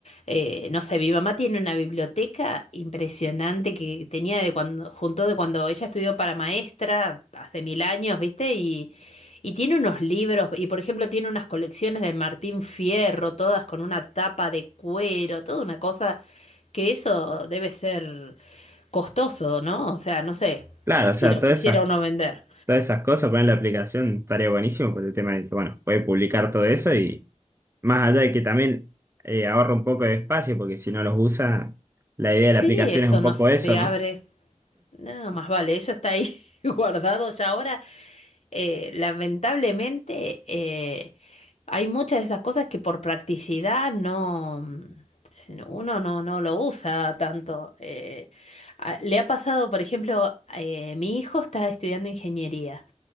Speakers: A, on the left; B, on the right.
A: Eh, no sé, mi mamá tiene una biblioteca impresionante que tenía de cuando, juntó de cuando ella estudió para maestra hace mil años, ¿viste? Y, y tiene unos libros, y por ejemplo tiene unas colecciones de Martín Fierro, todas con una tapa de cuero, toda una cosa que eso debe ser costoso, ¿no? O sea, no sé,
B: Claro,
A: eh,
B: o
A: si
B: sea,
A: lo
B: todas
A: quisiera
B: esas,
A: uno vender.
B: todas esas cosas, poner la aplicación estaría buenísimo por el tema de que, bueno, puede publicar todo eso y Más allá de que también eh, ahorra un poco de espacio, porque si no los usa, la idea
A: Sí,
B: de la aplicación
A: eso
B: es un
A: no
B: poco
A: se
B: eso, ¿no?
A: abre. Nada más vale, eso está ahí <laughs> guardado ya ahora. Eh, lamentablemente, eh, hay muchas de esas cosas que por practicidad no, mm, uno no, no lo usa tanto. Eh, a- le ha pasado, por ejemplo, eh, mi hijo está estudiando ingeniería